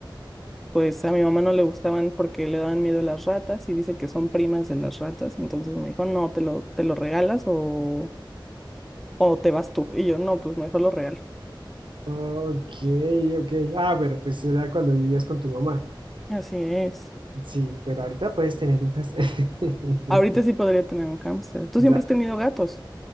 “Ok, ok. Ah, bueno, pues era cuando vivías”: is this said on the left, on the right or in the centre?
Right